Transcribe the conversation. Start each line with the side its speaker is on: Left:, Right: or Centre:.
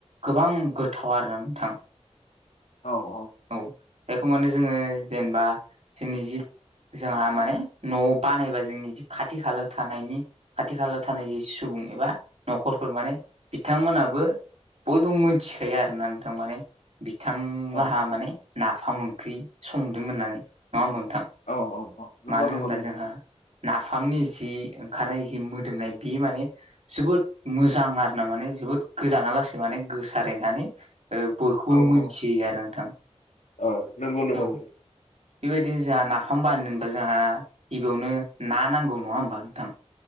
Right: गोबां गोथाव आरोना नोंथां।
Left: औ औ
Right: औ बेखौ माने जोङो जेनबा जोंनि जि जोंहा माने न'वाव बानायबा जोंनि खाथि खालायाव थानायनि आथि खालाव थानाय जि सुबुं एबा नखरफोर माने बिथांमोनाबो बयबो मोनथिखायो आरोना नोंथां माने बिथांलाहा
Left: औ
Right: माने नाफाम ओंख्रि संदों होननानै नङा ओमबा नोंथां?
Left: औ औ औ नंगौ
Right: मानो
Left: नंगौ
Right: होनब्ला
Left: नंगौ
Right: जोंहा नाफामनि जि ओंखारनाय जि मोदोमनाय बि माने जोबोद मोजां आरोना माने जोबोद गोजाना लासै माने गोसारहैनानै ओ बयखौबो
Left: औ
Right: मिथियो
Left: औ
Right: होयो आरो नोंथां
Left: औ नंगौ नंगौ
Right: औ
Left: नंगौ
Right: बेबायदिनो जोंहा नाफाम बायनो होनबा जोंहा गिबियावनो ना नांगौ नङा ओमबा नोंथां।